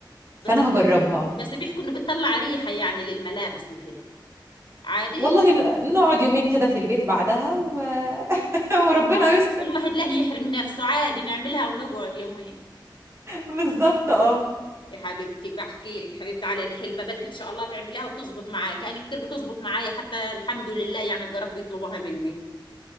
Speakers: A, on the right; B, on the left.
A: فانا
B: بس بي...
A: هجربها
B: بس بيحكوا انه بتطلع ريحه يعني للملابس وكده عادي
A: والله ن- نقعد يومين كده في البيت بعدها و... <laughs> وربنا
B: اه
A: يستر
B: الواحد له يحرم نفسه عادي نعملها ونقعد يومين
A: بالظبط اه
B: يا حبيبتي بحكي لك يا حبيبتي على الحلبة بلكي ان شاء الله تعمليها وتزبط معايا كأن كتير بتزبط معايا حتى الحمد لله يعني الجارات بيطلبوها مني